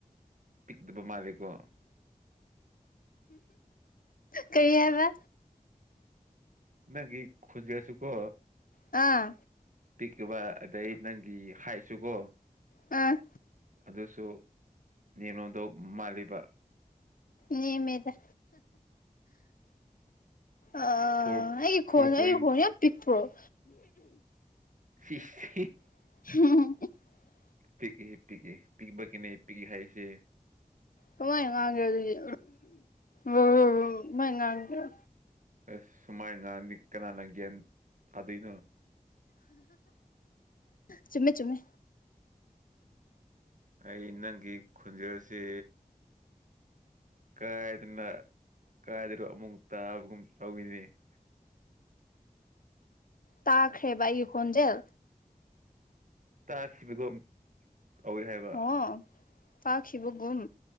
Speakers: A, on the right (about 60°); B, on the left (about 70°).
A: ꯄꯤꯛꯗꯕ ꯃꯥꯥꯔꯀꯣ
B: ꯀꯔꯤ ꯍꯥꯏꯕ
A: ꯅꯪꯒꯤ ꯈꯟꯖꯁꯨ ꯀꯣ
B: ꯑꯥ
A: ꯄꯤꯛꯕ ꯑꯗꯩ ꯅꯪꯒꯤ ꯍꯥꯏꯁꯨꯀꯣ
B: ꯑ
A: ꯑꯗꯨꯁꯨ ꯅꯦꯝꯅꯣꯗꫭ ꯃꯥꯜꯂꯤꯕ
B: ꯅꯦꯝꯃꯦꯗ ꯑ
A: ꯐꯣꯔ
B: ꯑꯩꯒꯤ
A: ꯐꯣꯔ
B: ꯈꯣꯟ
A: ꯄꯣꯏꯟ
B: ꯑꯩꯒꯤ ꯈꫭꯟ ꯌꯥꯝ ꯄꯤꯛ ꯄ꯭ꯔꫭ
A: ꯁꯤꯁ
B: <unintelligible>
A: ꯄꯤꯛꯏ ꯄꯤꯛꯏ ꯄꯤꯛꯕꯒꯤꯅꯦ ꯄꯤꯛꯏ ꯍꯥꯏꯁꯦ
B: ꯀꯃꯥꯏꯅ ꯉꯥꯡꯒꯦꯔ ꯑꯗꯨꯗꯤ <unintelligible> ꯃꯥꯏꯉꯥꯡꯒꯦꯔ
A: ꯑꯁ ꯁꯨꯃꯥꯏꯅ ꯉꯥꯡꯗꯤ ꯀꯅꯥꯅ ꯒ꯭ꯌꯥꯟ ꯇꯥꯗꯣꯏꯅꯣ
B: ꯆꯨꯝꯃꯦ ꯆꯨꯝꯃꯦ
A: ꯑꯩ ꯅꯪꯒꯤ ꯈꯨꯟꯖꯁꯤ ꯀꯥꯏꯗꯅ ꯀꯥꯏꯗꯅꯣ ꯑꯃꯨꯛ ꯇꯥꯕꯒꯨꯝ ꯇꯧꯏꯅꯦ <inaudible>
B: ꯇꯥꯈ꯭ꯔꯦꯕ ꯑꯩ ꯈꯣꯟꯖꯦꯜ
A: ꯇꯥꯈꯤꯕꯒꯨꯝ ꯇꯧꯋꯦ ꯍꯥꯏꯕ
B: ꯑꯣ ꯇꯥꯈꯤꯕꯒꯨꯝ